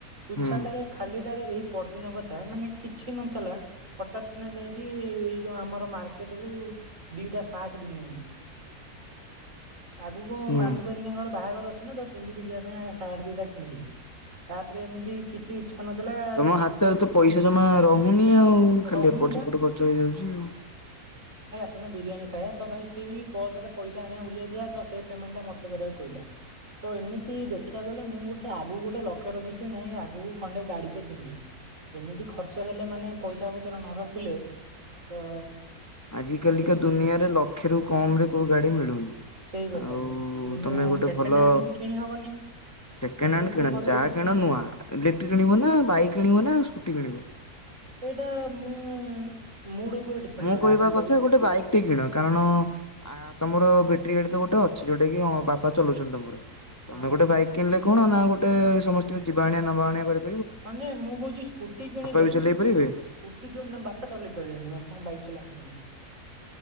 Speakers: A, on the right; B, on the left.
A: ତୁଛା
B: ହୁଁ
A: ଟାରେ ଖାଲିଟାରେ ଏଇ ପରଦିନ କଥା ମାନେ କିଛି ନଥିଲା ହଠତ୍ କିନା ଯାଇକି ଏଇ ଯୋଉ ଆମର ମାର୍କେଟ ରୁ ଦିଟା ସାର୍ଟ ଘିନି ଆଇଲି। ଆଗକୁ
B: ହୁଁ
A: ମାମୁ ଘରିକାଙ୍କର ବାହାଘର ଅଛି ନା ତ ପିନ୍ଧିକି ଯିବା ପାଇଁ ଆସ ଦିଟା କିଣିଥିଲି ତାପରେ ଏମିତି କିଛି ଇଚ୍ଛା ନଥିଲା
B: ତମ
A: ଚିକୁ
B: ହାତରେ
A: କହି
B: ତ ପଇସା ଜମା ରହୁନି ଆଉ ଖାଲି
A: ରହୁନି
B: ଏପଟ
A: ବା।
B: ସେପଟ ଖର୍ଚ୍ଚ ହେଇଯାଉଛି ଆଉ।
A: ଜଣେ ବିରିୟାନୀ ଖାଇବା ତ ଭାଇ ସିଏ ବି ପର୍ସ ରେ ପଇସା ଆଣିବାକୁ ଭୁଲି ଯାଇଥିଲା ତ ସେ ପେମେଣ୍ଟ ଟା ମତେ କରିବାକୁ ପଇିଲା ତ ଏମିତି ଦେ ଦେଖିବା ଗଲେ ମୁଁ ଗୋଟେ ଆଗକୁ ଗୋଟେ ଲକ୍ଷ୍ୟ ରଖିଛି ନାଇଁ ଆଗକୁ ଖଣ୍ଡେ ଗାଡ଼ିଟେ କିଣିବି ଏମିତି ଖର୍ଚ୍ଚ ହେଲେ ମାନେ ପଇସା ପତ୍ର ନ ରଖିଲେ ତ
B: ଆଜ କାଲିକା
A: କିଛି
B: ଦୁନିଆରେ ଲକ୍ଷେରୁ କମ୍ ରେ କୋଉ ଗାଡି ମିଳୁନି
A: ସେଇ କଥା
B: ଆଉ
A: ମୁଁ
B: ତମେ ଗୋଟେ
A: ସେକେଣ୍ଡ
B: ଭଲ
A: ହ୍ୟାଣ୍ଡ ବି କିଣି ହବନି।
B: ସେକେଣ୍ଡ ହ୍ୟାଣ୍ଡ
A: ବି କୋଉ
B: କିଣନି
A: ଭଲ
B: ଯାହା
A: ପଡୁଛି
B: କିଣ ନୁଆ ଇଲେକ୍ଟ୍ରିକ କିଣିବ ନା ବାଇକ୍ କିଣିବ ନା ସ୍କୁଟି କିଣିବ?
A: ଏଇଟା ମୁଁ ମୁଡ ଉପରେ ଡିପେଣ୍ଡ
B: ମୁଁ
A: କରେ
B: କହିବା
A: ଆଗ ପଇସା
B: କଥା ଗୋଟେ
A: ଟା
B: ବାଇକ୍ ଟେ କିଣ କାରଣ ଆ ତମର ବେ ଟ୍ରି ଗାଡି ତ ଗୋଟେ ଅଛି ଯୋଉଟା କି ବାପ ଚଲୁଛନ୍ତି ତମର। ତମେ
A: ହଁ।
B: ଗୋଟେ ବାଇକ୍ କିଣିଲେ କଣ ନା ଗୋଟେ ସମସ୍ତେ ଯିବା ଆଣିଆ ନବା ଆଣିଆ କରିବ
A: ହଁ ଯେ ମୁଁ କହୁଛି ସ୍କୁଟି କିଣିଲେ
B: ବି ଚଲେଇ ପାରିବେ।
A: ସ୍କୁଟି ଯୋଉ ନାଇଁ ବାପା ଚଲେଇ ପାରିବେନି ବାପାଙ୍କ ବାଇକ୍ ଲେଈ ଆସେନି